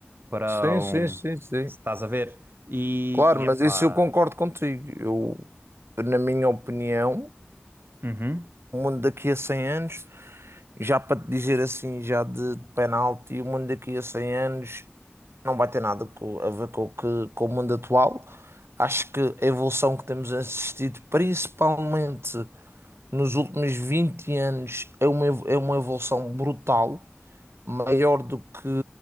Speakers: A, on the right; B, on the right.
A: para
B: Sim,
A: um...
B: sim, sim, sim.
A: se Estás a ver? E,
B: Claro,
A: e
B: mas
A: epá,
B: isso eu concordo contigo. Eu, na minha opinião,
A: uhum,
B: O mundo daqui a 100 anos, já para te dizer assim, já de de penalti, o mundo daqui a 100 anos não vai ter nada co- a ver com, o que- com o mundo atual. Acho que a evolução que temos assistido, principalmente nos últimos 20 anos, é uma, evo- é uma evolução brutal maior do que,